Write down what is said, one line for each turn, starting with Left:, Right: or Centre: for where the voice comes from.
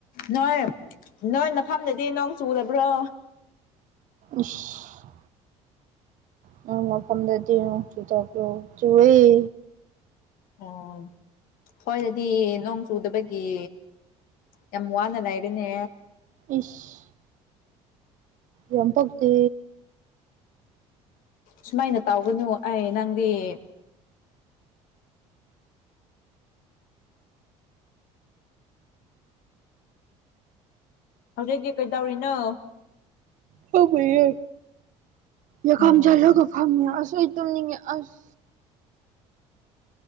Left: ꯅꯣꯏ ꯅꯣꯏ ꯃꯐꯝꯗꯗꯤ ꯅꯣꯡ ꯆꯨꯗꯔꯕ꯭ꯔꯣ
Right: ꯎꯁ ꯅꯣꯢ ꯃꯐꯝꯗꯗꯤ ꯅꯣꯡ ꯆꯨꯗꯕꯔꯣ ꯆꯨꯌꯦ
Left: ꯑꯣ ꯍꯣꯏ ꯗꯗꯤ ꯅꯣꯡ ꯆꯨꯗꯕꯒꯤ ꯌꯥꯝ ꯋꯥꯅ ꯂꯩꯔꯦꯅꯦ
Right: ꯏꯁ ꯌꯥꯝ ꯄꯥꯛꯇꯦ
Left: ꯁꯨꯃꯥꯏꯅ ꯇꯧꯒꯅꯨ ꯑꯩ ꯅꯪꯗꯤ <unintelligible> ꯍꯧꯖꯤꯛꯀꯤ ꯀꯩ ꯇꯧꯔꯤꯅꯣ
Right: ꯇꯨꯝꯃꯤꯌꯦ ꯌꯀꯥꯝ
Left: ꯑꯣ
Right: ꯆꯜꯂꯒ ꯐꯝ ꯃꯤꯌꯦ ꯑꯁ ꯑꯩ ꯇꯨꯝꯅꯤꯡꯉꯦ ꯑꯁ